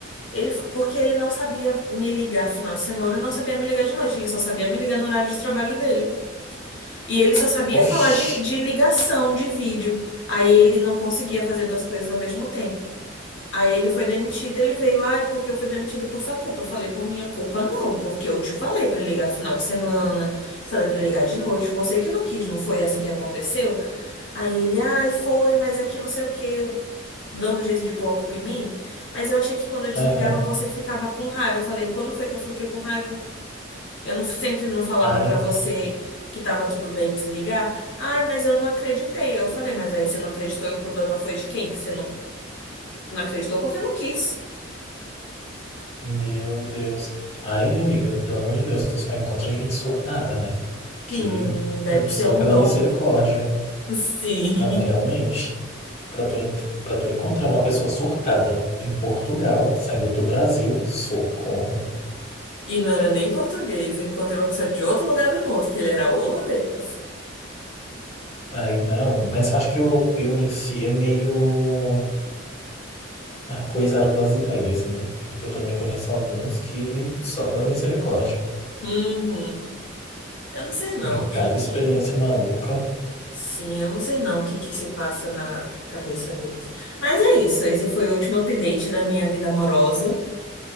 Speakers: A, on the left; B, on the left.
A: ele, porque ele não sabia me ligar final de semana e não sabia me ligar de noite, ele só sabia me ligar no horário de trabalho dele. E ele só sabia
B: Oxe.
A: falar de, de ligação, de vídeo. Aí ele não conseguia fazer duas coisas ao mesmo tempo. Aí ele foi demitido, ele veio, ah, é porque eu fui demitido por sua culpa. Eu falei, por minha culpa não, porque eu te falei pra ligar final de semana, te falei pra ligar de noite, você que não quis, não foi assim que aconteceu? Aí ele, ai, foi, mas é que não sei o quê, eu dando jeito de pôr a culpa em mim. Mas eu achei que quando eu desligava
B: Aham.
A: você ficava com raiva. Eu falei, quando foi que eu fiquei com raiva? Eu não, sempre não falava
B: Ai,
A: pra você que tava tudo bem desligar. Ai, mas eu não acreditei. Eu falei, mas aí você não acreditou e o problema foi de quem? Que você não, não acreditou porque não quis.
B: meu Deus. Ai, amiga, pelo amor de Deus, tu só encontra gente surtada, né? Que
A: Sim, deve
B: hum, só
A: ser um
B: pela
A: dom.
B: misericórdia.
A: <laughs> Sim.
B: Não, realmente. Para tu, en- pra tu encontrar uma pessoa surtada em Portugal, saindo do Brasil, socorro.
A: E não era nem português. Eu encontrei uma pessoa de outro lugar do mundo, que ele era holandês.
B: Aí não, mas eu acho que europeu em si é meio ah, coisado das ideias, né? Porque eu também conheço alguns que só pela misericórdia.
A: Uhum. Eu não sei não
B: E
A: o que
B: cada
A: que.
B: experiência maluca.
A: Sim, eu não sei não o que que se passa na na cabeça deles. Mas é isso, esse foi o último update da minha vida amorosa.